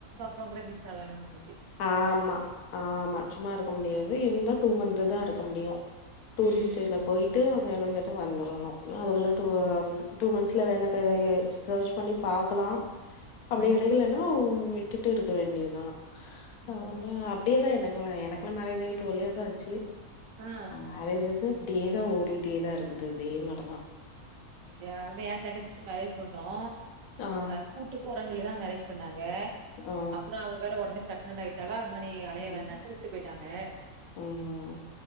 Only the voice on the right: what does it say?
க்றோங்கிற வீசா வேணு நம்ப்ளுக்
ம்,
ம், ம்,
ம்,
ம்.
ஆ
அப்டியா வந்து எ தங்கச்சிக்கு மேரேஜ் பண்ணோ
அ கூட்டு போறேன் சொல்லிதா மேரேஜ் பண்ணாங்க
அப்பறோ அவ வேற ஒடனே ப்ரெக்னன்ட் ஆயிட்டாலா அத்மாரி அலைய
வேண்டான்ட்டு விட்டு போய்ட்டாங்க